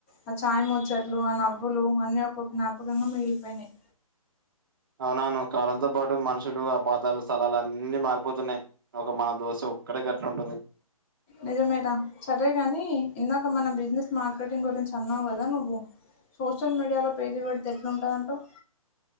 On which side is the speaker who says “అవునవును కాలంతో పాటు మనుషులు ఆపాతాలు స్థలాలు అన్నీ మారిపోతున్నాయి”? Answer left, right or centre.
Right